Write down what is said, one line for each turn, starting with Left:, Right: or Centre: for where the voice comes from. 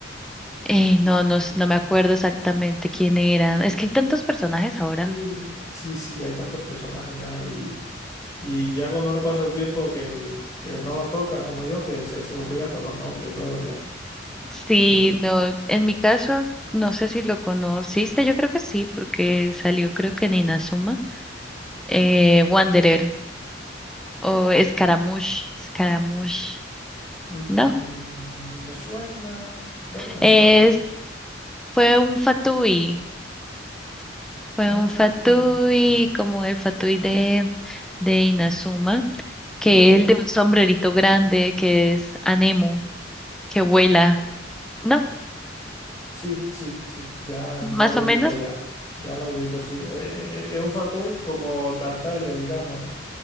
Centre: eh, no, no, s-
Left: Mm,
Centre: no me acuerdo exactamente quién era. Es que hay tantos personajes ahora.
Left: Y sí, sí, hay tantos personajes ya y, y ya cuando uno pasa un tiempo que, que no lo toca, como yo, que se, se olvida hasta los nombres y todo ya.
Centre: Sí,
Left: Y,
Centre: no, en mi caso, no sé si lo conociste, yo creo que sí, porque salió creo que en Inazuma. Eh, Wanderer o Scaramouche, Scaramouche,
Left: mm,
Centre: ¿no?
Left: me suena, creo que me
Centre: Es,
Left: suena.
Centre: fue un Fatui. Fue
Left: Ah,
Centre: un fatui,
Left: mm,
Centre: como el fatui de, de Inazuma, que
Left: ok.
Centre: es el de un sombrerito grande, que es Anemo, que vuela.
Left: Ah,
Centre: No,
Left: sí, sí, sí. Ya,
Centre: más
Left: ya lo
Centre: o
Left: ubico,
Centre: menos,
Left: ya. Ya la ubico, sí. Eh, eh, eh, Es, un fatui como Tartaglia, digamos, ¿no?